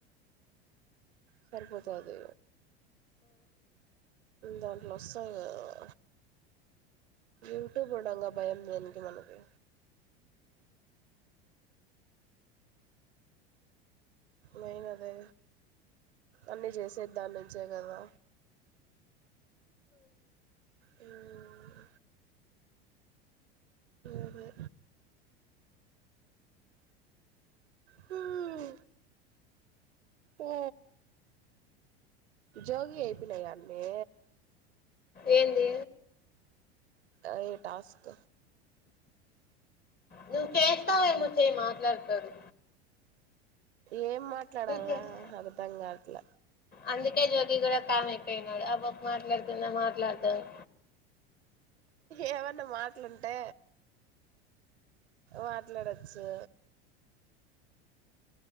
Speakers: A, on the right; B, on the left.
A: సరిపోథాది దాంట్లో వస్తాయి కదా యూట్యూబ్ ఉండంగ భయం దేనికి మనకి నేన్ అదే అన్నీ చేసే దాన్నించే కదా హ్మ్ అదే హ్మ్ ఓ జగి అయిపోయినాయా అన్ని
B: ఏంది
A: అదే టాస్క్
B: నువ్వు చేస్తావేమో చేయి మాట్లాడథాడు
A: ఏం మాట్లాడాల
B: చేస్తా
A: అర్ధంగా ట్ల
B: అందుకే జోగి కూడ కామ్ అయిపోయి నాడు అపాప మాట్లాడుతుంద మాట్లాడుతును
A: ఏమన్నా మాట్లుంటే మాట్లాడచ్చు